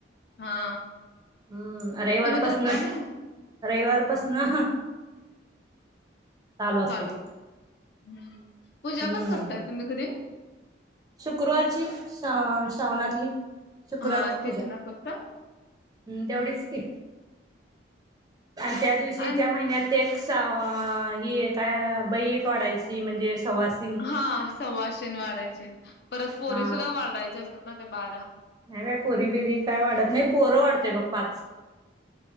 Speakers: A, on the left; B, on the right.
A: हा
B: हम्म रविवार
A: तुम्ही धरता
B: पसनचं
A: ना
B: रविवार पसनं असते
A: चालूच,
B: ती
A: हम् पूजा
B: हम्म
A: पण करताय तुम्ही घरी?
B: शुक्रवारची श्रा, श्रावणातली, शुक्रवारची
A: हा
B: पूजा
A: तेच ना फक्त
B: हम् तेवढीच की, आणि त्या दिवशी
A: आणि
B: त्या महिन्यात तेक सा, ही एक काय बई एक वाढायची म्हणजे सवास
A: हा सवाशीन वाढायची, परत पोरी
B: हा
A: सुुद्धा वाढायच्या असतात ना त्या बारा?
B: नाही बाई, पोरी बिरी काय वाढत नाही, पोरं वाढतोय बघ पाच